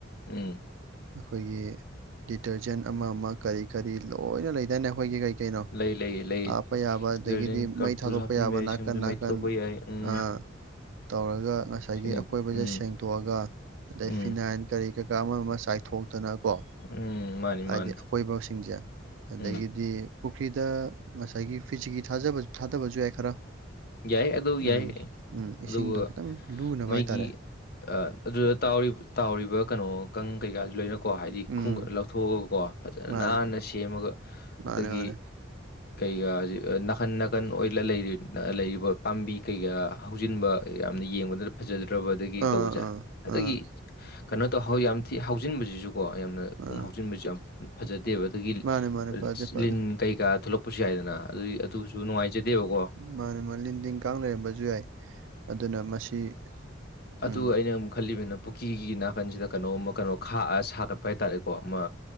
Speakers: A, on the left; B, on the right.
A: ꯎꯝ꯫
B: ꯑꯩꯈꯣꯏꯒꯤ ꯗꯤꯇꯔꯖꯦꯟ ꯑꯃ ꯑꯃ ꯀꯔꯤ ꯀꯔꯤ ꯂꯣꯏꯅ ꯂꯩꯗꯥꯏꯅꯤ ꯑꯩꯈꯣꯏꯒꯤ ꯒꯩ꯫ ꯀꯩꯅꯣ
A: ꯂꯩ ꯂꯩ ꯂꯩ
B: ꯍꯥꯞꯄ ꯌꯥꯕ ꯑꯗꯒꯤꯗꯤ
A: ꯗꯤꯇꯔꯖꯦꯟ ꯀꯔꯄꯨꯔꯁꯨ
B: ꯃꯩ ꯊꯥꯗꯣꯛꯄ
A: ꯍꯥꯞꯆꯤꯟꯕ
B: ꯌꯥꯕ
A: ꯌꯥꯏ
B: ꯅꯥꯀꯟ
A: ꯁꯤꯡꯁꯨ ꯃꯩ
B: ꯅꯥꯀꯟ
A: ꯊꯣꯛꯄ ꯌꯥꯏ ꯎꯝ
B: ꯑ꯫ ꯇꯧꯔꯒ ꯉꯁꯥꯏꯒꯤ
A: ꯁꯤꯅꯤ
B: ꯑꯀꯣꯏꯕꯁꯦ
A: ꯎꯝ
B: ꯁꯦꯡꯇꯣꯛꯑꯒ꯫ ꯑꯗꯩ
A: ꯎꯝ
B: ꯐꯤꯅꯥꯏꯟ ꯀꯔꯤ ꯀꯩꯀꯥ ꯑꯃ ꯑꯃ ꯆꯥꯏꯊꯣꯛꯇꯅ ꯀꯣ꯫
A: ꯎꯝ ꯃꯥꯅꯤ
B: ꯍꯥꯏꯗꯤ
A: ꯃꯥꯅꯤ
B: ꯑꯀꯣꯏꯕꯁꯤꯡꯁꯦ ꯑꯗꯒꯤꯗꯤ꯫
A: ꯎꯝ
B: ꯄꯨꯈ꯭ꯔꯤꯗ ꯉꯁꯥꯏꯒꯤ ꯐꯤꯖꯤꯀꯤ ꯊꯥꯖꯕ ꯊꯥꯗꯕꯁꯨ ꯌꯥꯏ ꯈꯔ꯫
A: ꯌꯥꯏ ꯑꯗꯨ
B: ꯎꯝ
A: ꯌꯥꯏ
B: ꯎꯝ
A: ꯑꯗꯨꯒ
B: ꯏꯁꯤꯡꯗꯣ ꯈꯤꯇꯪ ꯂꯨꯅꯕ
A: ꯃꯩꯒꯤ
B: ꯍꯥꯏꯇꯥꯔꯦ꯫
A: ꯑꯗꯨꯗ ꯇꯥꯎꯔꯤ ꯇꯥꯎꯔꯤꯕ ꯀꯩꯅꯣ ꯀꯪ ꯀꯩꯀꯥꯁꯨ ꯂꯣꯏꯅ꯫ ꯀꯣ ꯍꯥꯏꯗꯤ
B: ꯎꯝ
A: ꯈꯣꯡꯒꯠ ꯂꯧꯊꯣꯛꯑꯒ ꯀꯣ ꯐꯖꯅ
B: ꯃꯥꯅꯦ
A: ꯅꯥꯟꯅ ꯁꯦꯝꯃꯒ
B: ꯃꯥꯅꯦ
A: ꯑꯗꯒꯤ꯫
B: ꯃꯥꯅꯦ
A: ꯀꯩꯀꯥ ꯍꯧꯖꯤꯛ ꯅꯥꯀꯟ ꯅꯥꯀꯟ ꯑꯣꯏꯗ ꯂꯩꯔꯤ꯫ ꯂꯩꯔꯤꯕ ꯄꯥꯝꯕꯤ ꯀꯩꯀꯥ ꯍꯧꯖꯤꯟꯕ ꯌꯥꯝꯅ ꯌꯦꯡꯕꯗ꯫ ꯐꯖꯗ꯭ꯔꯕꯗꯒꯤ
B: ꯑꯥ
A: ꯇꯧꯕꯁꯦ
B: ꯑꯥ
A: ꯑꯗꯒꯤ
B: ꯑꯥ ꯑꯥ
A: ꯀꯩꯅꯣ ꯇꯧ ꯌꯥꯝ ꯊꯤ ꯍꯧꯖꯤꯟꯕꯁꯤꯁꯨꯀꯣ ꯌꯥꯝꯅ꯫ ꯀꯣꯡ
B: ꯑꯥ
A: ꯍꯥꯎꯆꯤꯟꯕꯁꯨ ꯌꯥꯝ ꯐꯖꯗꯦꯕ ꯑꯗꯒꯤ
B: ꯃꯥꯅꯦ ꯃꯥꯅꯦ ꯐꯗꯦ ꯐꯗꯦ
A: ꯂꯤꯟ ꯀꯩꯀꯥ ꯊꯣꯛꯂꯛꯄꯁꯨ ꯌꯥꯏꯗꯅ꯫ ꯑꯗꯨꯏ ꯑꯗꯨꯁꯨ ꯅꯨꯡꯉꯥꯏꯖꯗꯦꯕꯀꯣ꯫
B: ꯃꯥꯅꯤ ꯃꯥꯂꯤꯟ ꯇꯤꯟ ꯀꯥꯡ ꯂꯩꯔꯝꯕꯁꯨ ꯌꯥꯏ ꯑꯗꯨꯅ ꯃꯁꯤ꯫
A: ꯑꯗꯨ
B: ꯎꯝ
A: ꯑꯩꯅ ꯑꯃꯨꯛ ꯈꯜꯂꯤꯕꯅ꯫ ꯄꯨꯈ꯭ꯔꯤꯒꯤ ꯅꯥꯀꯟꯁꯤꯗ ꯀꯩꯅꯣꯝꯃ ꯀꯩꯅꯣ ꯈꯥꯛꯑ ꯁꯥꯒꯠꯄ ꯍꯥꯏꯇꯥꯥꯔꯦꯀꯣ ꯑꯃ꯫